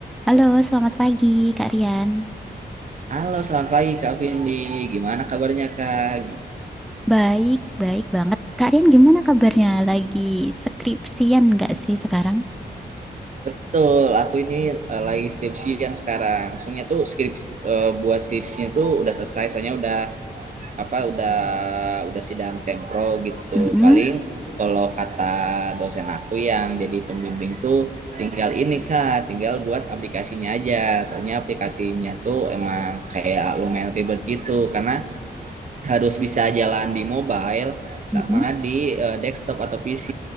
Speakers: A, in the centre; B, on the right (about 45°).
A: Halo, selamat pagi Kak Rian.
B: Halo, selamat pagi Kak Vindi. Gimana kabarnya Kak?
A: Baik, baik banget. Kak Rian gimana kabarnya? Lagi skripsian nggak sih sekarang?
B: Betul, aku ini eh, lagi skripsian sekarang. Soalnya tuh skripsi eh, buat skripsinya tuh udah selesai. Soalnya udah apa? Udah udah sidang sempro gitu.
A: Mm-mm.
B: Paling kalau kata dosen aku yang jadi pembimbing tuh tinggal ini Kak, tinggal buat aplikasinya aja. Soalnya aplikasinya tuh emang kayak lumayan ribet gitu karena harus bisa jalan di mobile
A: Mm-mm.
B: sama di eh, desktop atau PC.